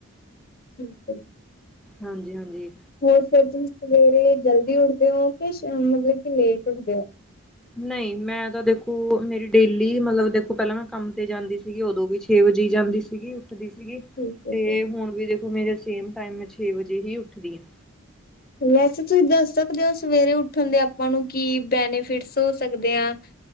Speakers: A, on the left; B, in the centre.
A: ਠੀਕ ਐ।
B: ਹਾਂਜੀ-ਹਾਂਜੀ,
A: ਹੋਰ ਫਿਰ ਤੁਸੀਂ ਸਵੇਰੇ ਜਲਦੀ ਉੱਠਦੇ ਓ ਕੀ ਸ਼ ਮਤਲਬ ਕੀ ਲੇਟ ਉੱਠਦੇ ਓ?
B: ਨਈ ਮੈਂ ਤਾਂ ਦੇਖੋ, ਮੇਰੀ ਡੇਲੀ ਮਤਲਬ ਦੇਖੋ ਪੈਲਾਂ ਮੈਂ ਕੰਮ ਤੇ ਜਾਂਦੀ ਸੀਗੀ, ਓਦੋਂ ਵੀ ਛੇ ਵਜੇ ਜਾਂਦੀ ਸੀ। ਸੀਗੀ ਉੱਠਦੀ ਸੀਗੀ,
A: ਠੀਕ ਹੈ
B: ਤੇ
A: ਜੀ।
B: ਹੁਣ ਵੀ ਦੇਖੋ ਮੇਰੇ ਸੇਮ ਟਾਈਮ ਮੈਂ ਛੇ ਵਜੇ ਹੀ ਉੱਠਦੀ ਹਾਂ।
A: ਵੈਸੇ ਤੁਸੀਂ ਦੱਸ ਸਕਦੇ ਓ ਸਵੇਰੇ ਉੱਠਣ ਦੇ ਆਪਾਂ ਨੂੰ ਕੀ ਬੈਨੀਫਿਟਸ ਹੋ ਸਕਦੇ ਆ?